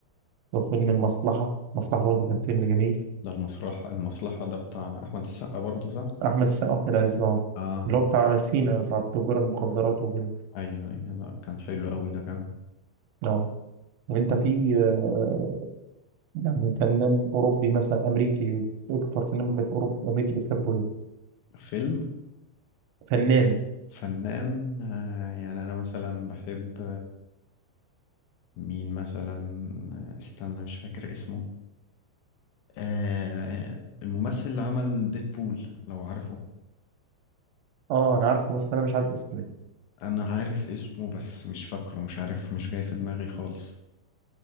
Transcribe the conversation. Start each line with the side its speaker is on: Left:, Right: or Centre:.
Right: وفيلم المصلحة المصلحة برضه كان فيلم جميل
Left: ده المسرح المصلحة ده بتاع احمد السقا برضه صح
Right: أحمد السقا أحمد عز أه
Left: اه
Right: اللي هو بتاع سينا ساعة تجار المخدرات وكده
Left: ايوه ايوه لا كان حلو قوي ده كمان
Right: أه طب أنت في آه، يعني فنان أوروبي مثلا أمريكي أكتر فنان بت- أوروبي أمريكي بتحبه إيه؟
Left: فيلم
Right: فنان
Left: فنان آه يعني انا مثلا بحب مين مثلا استنى مش فاكر اسمه آه الممثل اللي عمل ديدبول لو عارفه
Right: أه أنا عارفه بس أنا مش عارف اسمه إيه
Left: انا عارف اسمه بس مش فاكره مش عارف مش جاي في دماغي خالص